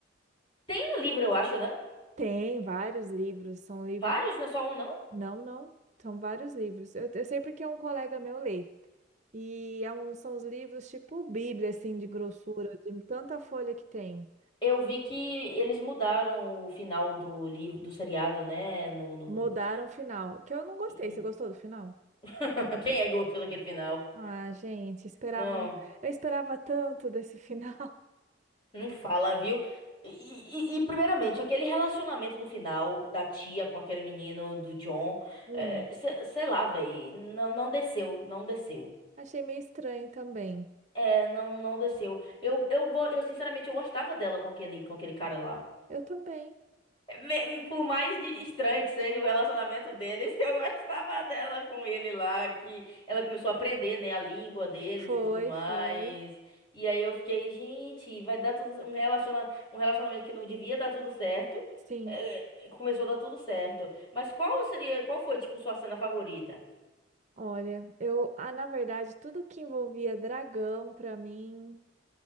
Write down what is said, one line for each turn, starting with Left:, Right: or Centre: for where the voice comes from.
Left: Tem um livro, eu acho, né?
Right: <laughs> tem vários livros, são livros.
Left: Vários, não é só um, não?
Right: Não, não, são vários livros. Eu, eu sei porque um colega meu lê. E é um- são os livros tipo Bíblia, assim, de grossura, de tanta folha que tem.
Left: Eu vi que eles mudaram o final do livro, do seriado, né? No, no-
Right: Mudaram o final, que eu não gostei.
Left: e-
Right: Você gostou do final?
Left: <laughs> Quem é que gostou daquele final?
Right: Ah, gente, esperava,
Left: Não,
Right: eu esperava tanto desse final. <laughs>
Left: não fala, viu? E, e- e, primeiramente, aquele relacionamento no final da tia com aquele menino do John,
Right: Hum,
Left: é, se- sei lá, velho, não, não desceu, não desceu.
Right: achei meio estranho também.
Left: É, não, não desceu. Eu, eu, go- eu, sinceramente, eu gostava dela com aquele, com aquele cara lá.
Right: Eu também.
Left: Me- Por mais de- estranho que seja o relacionamento deles, <laughs> eu gostava dela com ele lá, que ela começou a aprender, né, a língua deles
Right: Foi,
Left: e tudo mais.
Right: foi.
Left: E aí eu fiquei, gente, vai dar tudo um relaciona, um relacionamento que não devia dar tudo certo,
Right: Sim.
Left: eh, começou a dar tudo certo. Mas qual seria, qual foi, tipo, sua cena favorita?
Right: Olha, eu, ah, na verdade, tudo que envolvia dragão pra mim